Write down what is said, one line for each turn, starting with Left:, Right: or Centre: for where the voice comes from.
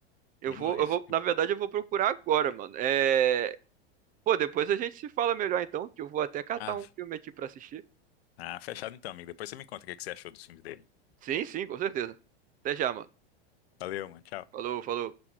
Right: Eu
Left: Demais.
Right: vou, eu vou, na verdade, eu vou procurar agora, mano. É, pô, depois a gente se fala melhor então, que eu vou até catar
Left: Ah,
Right: um
Left: f-
Right: filme aqui pra assistir.
Left: ah, fechado então, amigo. Depois você me conta o que que você achou dos filmes dele.
Right: Sim, sim, com certeza. Até já, mano.
Left: Valeu, mano. Tchau.
Right: Falou, falou.